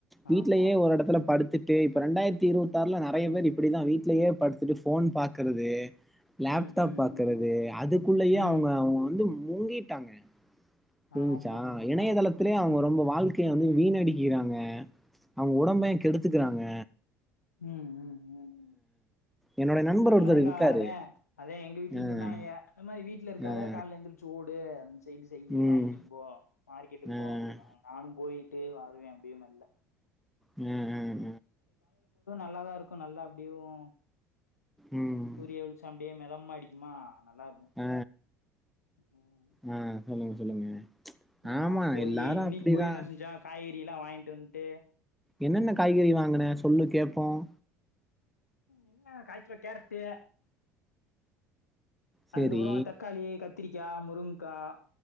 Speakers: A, in the centre; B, on the left (about 85°).
A: வீட்லயே
B: ஆமா
A: ஒரு எடத்துல படுத்துட் டு இப்ப ரெண்டாயிரத்தி இருவத்தாறுல நறைய பேர் இப்டிதா வீட்லயே படுத்துட்டு ஃபோன் பாக்கறது லேப்டாப்
B: ம் ம்
A: பாக்கறது அதுக்குள்ளயே
B: ம்
A: அவுங்க அவுங்க வந்து மூங்கி விட்டாங்க புரிஞ்சிச்சா
B: ஆமா
A: இணையதளத்திலயே
B: ம்
A: அவங்க ரொம்ப வாழ்க்கைய வந்து வீண்அடிக்கிறாங்க அவங்க உடம்ப கெடுத்துக்கறாங்க
B: உம் உம் உம்
A: என்னோட நண்பர்
B: ஆனாலா
A: ஒருத்தர்
B: ன்க
A: இருக்காரு
B: அதான் அதே எங்க வீட்லயும்
A: அஹ்
B: சொன்னாங்க இந்த மாதிரி வீட்டுல இருக்காத
A: அஹ்
B: காலைல எழுந்திரிச்சு ஓடு செய்து செய்யி
A: உம்
B: வாக்கிங் போ மார்க்கெட்டுக்கு
A: அஹ்
B: போ அப்படின்னு வாங்க நானும் போய் இப்படியே வருவேன் அப்படியே மெல்ல
A: உஹம் உம்
B: நல்லாதான் இருக்கும் நல்லா அப்படியும்
A: உம்
B: சூரிய வெளிச்சம் அப்படியே மிதமா அடிக்குமா நல்லா இருக்கும்
A: ஆ
B: உம்
A: ஆ சொல்லுங்க சொல்லுங்க
B: அதான்
A: ஆமா
B: போயி
A: எல்லாரு
B: இன்னைக்கு
A: அப்டிதா
B: போயி என்ன செஞ்சா கறி டீ எல்லாம் வாங்கிட்டு வந்துட்டு
A: என்னென்ன காய்கறி வாங்குனே சொல்லு கேடப்போம்
B: என்ன கால்க்கிலோ கேரட்டு
A: சேரி
B: அதுக்கப்புறம் தக்காளி கத் கத்திரிக்காய் முருங்ககாய்